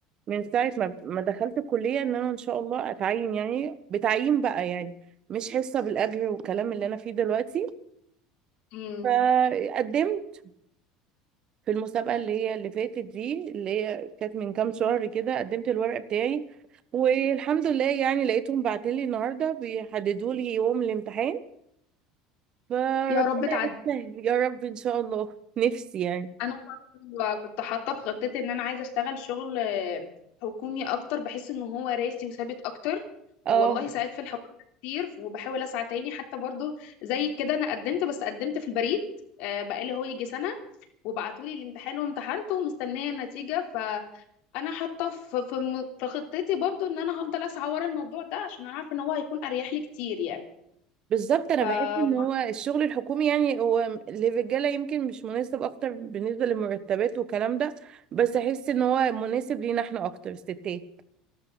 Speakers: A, on the right; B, on the left.
A: من ساعه ما ما دخلت الكليه ان انا ان شاء الله اتعين يعني بتعيين بقى يعني مش حصه بالاجر والكلام اللي انا فيه دلوقتي
B: امم
A: فقدمت في المسابقة اللي هي اللي فاتت دي اللي هي كانت من كام شهر كده قدمت الورق بتاعي والحمد لله يعني لقيتهم بعتلي النهاردة بيحددوا لي يوم الامتحان فربنا
B: يا رب تعدي
A: يسهل يا رب إن شاء الله نفسي يعني
B: انا برضو كنت حاطه في خطتي ان انا عايزه اشتغل شغل آه، حكومي اكتر بحس ان هو راسي وثابت اكتر
A: اه
B: والله ساعات في الحوار كتير وبحاول اسعى تاني حتى برضو زي كده انا قدمت بس قدمت في البريد آه، بقالي هو يجي سنه وبعتولي الامتحان وامتحنته ومستنيه النتيجه انا حاطه في في م- في خطتي برضو ان انا هفضل اسعى ورا الموضوع ده عشان انا عارفه ان هو هيكون اريح لي كتير يعني
A: بالظبط انا
B: فبرضو
A: بحس ان هو الشغل الحكومي يعني هو للرجاله يمكن مش مناسب اكتر بالنسبه للمرتبات والكلام ده بس احس ان هو مناسب لينا احنا اكتر الستات